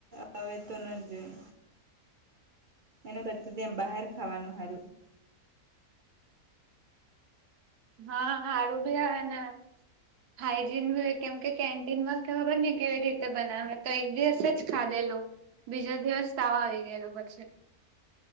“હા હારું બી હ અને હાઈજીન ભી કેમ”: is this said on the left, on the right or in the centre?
Right